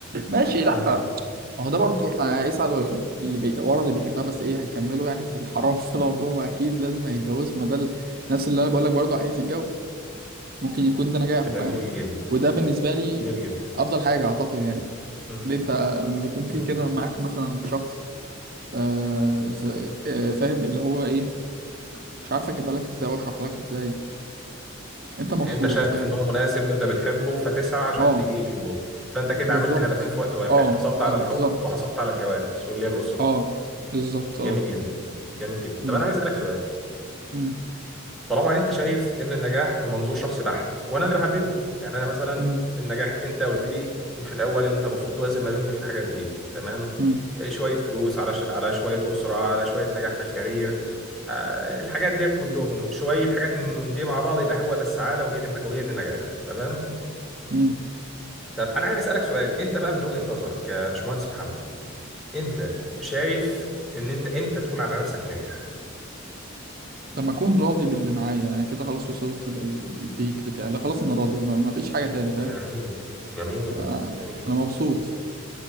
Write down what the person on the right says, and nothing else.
ماشي لا
ما هو ده برضه هيسعى لل- اللي بي... ورا اللي بيحبها بس ايه هيكملوا يعني في الحرام <laughs> طول عمرهم اكيد لازم هيتجوزوا ما ده ال- نفس اللي انا بقول لك برضه عايز يتجوز ممكن يكون ده نجاحه
فاهم
وده بالنسبة لي
أفضل حاجة أعتقد يعني
ليه أنت لما بيكون في
كده معاك مثلا شخص آه ز- آه فاهم اللي هو إيه مش عارف أجيبها لك إزاي وأشرح لك إزاي أنت مبسوط
فاهم
أه
بالظبط
أه
أه
بالظبط
أه بالظبط أه
مم،
مم،
مم،
مم،
مم.
لما أكون راضي باللي معايا يعني كده خلاص وصلت لل- للبيك بتاعي لا خلاص أنا راضي ما- مفيش حاجة تاني فاهم
آه
أنا مبسوط